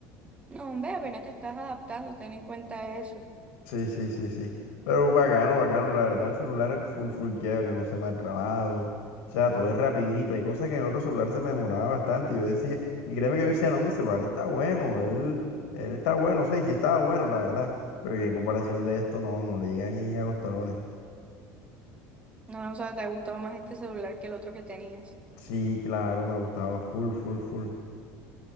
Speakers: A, on the right; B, on the left.
A: No, hombre, apenas te estás adaptando, ten en cuenta eso.
B: Sí, sí, sí, sí. Pero bacano, bacano, la verdad, el celular full, full quiebre, no se me ha trabado. O sea, todo es rapidito. Hay cosas que en el otro celular se me demoraba bastante. Yo decía, y créeme que yo decía, no, mi celular está bueno, él, él está bueno, o sea, y sí estaba bueno, la verdad. Pero que en comparación de esto, no, no le llega ni a los talones.
A: No, o sea, te ha gustado más este celular que el otro que tenías.
B: Sí, claro, me ha gustado full, full, full.